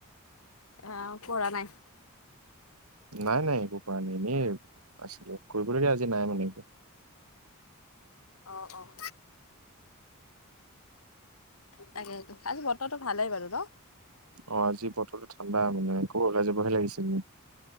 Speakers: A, on the left; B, on the right.
A: অ, কৰা নাই।
B: নাই, নাই, একো কৰা নাই এনেই, আছিলো কৰিবলগীয়া আজি নাই মানে একো।
A: অ', অ'। তাকে সেইটো আজি বতৰটো ভালেই বাৰু ন।
B: অ, আজি বতৰটো ঠাণ্ডা মানে আকৌ ওলাই যাবহে লাগিছিল মোৰ।